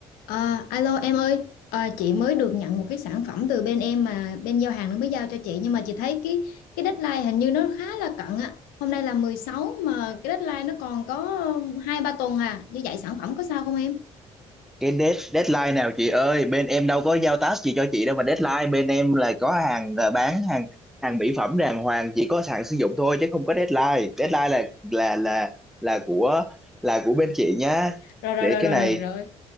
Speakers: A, on the left; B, in the centre.
A: À, alo em ơi, Ờ, chị mới được nhận một cái sản phẩm từ bên em mà bên giao hàng nó mới giao cho chị nhưng mà chị thấy cái cái deadline hình như nó khá là cận ạ. Hôm nay là 16 mà cái deadline nó còn có 2 3 tuần à. Như vậy sản phẩm có sao không em?
B: cái dead, deadline nào chị ơi bên em đâu có giao task gì cho chị đâu mà deadline bên em là có hàng à, bán hàng hàng mỹ phẩm đàng hoàng chỉ có hàng sử dụng thôi chứ không có deadline deadline là là là là của là của bên chị nhá
A: Rồi rồi
B: để
A: rồi
B: cái
A: rồi
B: này
A: rồi rồi.